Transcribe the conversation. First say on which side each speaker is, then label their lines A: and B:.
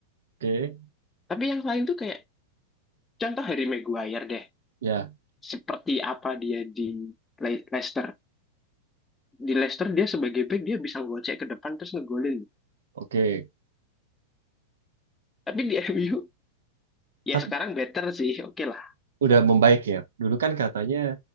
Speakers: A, on the right (about 80°); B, on the left (about 15°).
A: Oke
B: tapi yang lain tuh kayak contoh Harry Maguire deh
A: ya
B: seperti apa dia di Le- Leicester di Leicester dia sebagai back dia bisa gocek ke depan terus ngegolin
A: oke.
B: tapi di <laughs> MU ya
A: Tapi
B: sekarang better sih oke lah
A: udah membaik ya. Dulu kan katanya